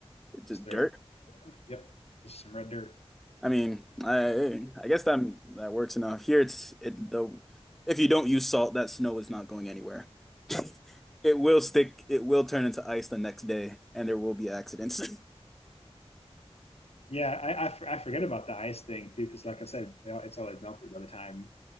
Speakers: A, in the centre; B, on the left.
A: D-
B: Just
A: Dirt.
B: throw dirt. Yep, just some red dirt.
A: I mean, I I guess that that works enough. Here it's it though if you don't use salt, that snow is not going anywhere. <laughs> It will stick, it will turn into ice the next day and there will be accidents. <laughs>
B: Yeah, I, I f- I forget about the ice thing too, because like I said, you know, it's always melted by the time